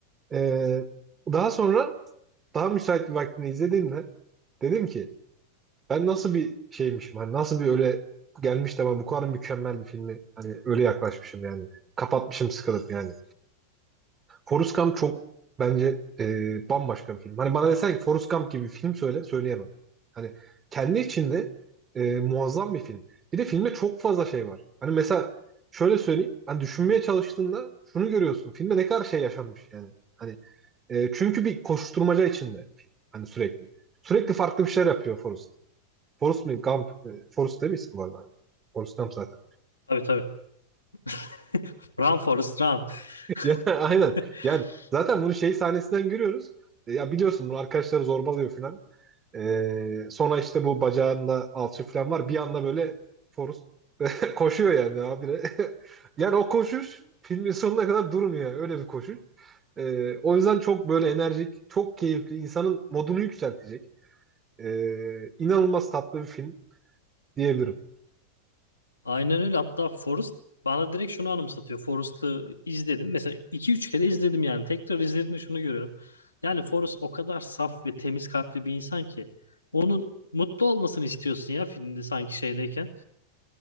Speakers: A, on the right; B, on the left.
A: Ee, daha sonra daha müsait bir vaktini izlediğimde dedim ki ben nasıl bir şeymişim hani nasıl bir öyle gelmiş de ben bu kadar mükemmel bir filmi hani öyle yaklaşmışım yani. Kapatmışım sıkılıp yani. Forrest Gump çok bence e, bambaşka bir film. Hani bana desen ki Forrest Gump gibi bir film söyle, söyleyemem. Hani kendi içinde e, muazzam bir film. Bir de filmde çok fazla şey var. Hani mesela şöyle söyleyeyim. Hani düşünmeye çalıştığında şunu görüyorsun. Filmde ne kadar şey yaşanmış yani. Hani e, çünkü bir koşuşturmaca içinde film. Hani sürekli. Sürekli farklı bir şeyler yapıyor Forrest. Forrest mi? Gump. e, Forrest değil misin bu arada? Hani? Forrest Gump zaten.
B: Tabii tabii. <laughs> Run Forrest Run.
A: Ya, <laughs> aynen.
B: <laughs>
A: Yani zaten bunu şey sahnesinden görüyoruz. E, Ya biliyorsun bunu arkadaşları zorbalıyor falan. E, sonra işte bu bacağında alçı falan var. Bir anda böyle Forrest <laughs> koşuyor yani abi. <laughs> Yani o koşuş filmin sonuna kadar durmuyor. yani. Öyle bir koşuş. E, o yüzden çok böyle enerjik, çok keyifli, insanın modunu yükseltecek. E, inanılmaz tatlı bir film diyebilirim.
B: Aynen öyle. Hatta Forrest bana direkt şunu anımsatıyor. Forrest'ı izledim. Mesela iki üç kere izledim yani. Tekrar izledim izlediğimde şunu görüyorum. Yani Forrest o kadar saf ve temiz kalpli bir insan ki. Onun mutlu olmasını istiyorsun ya filmde sanki şeydeyken.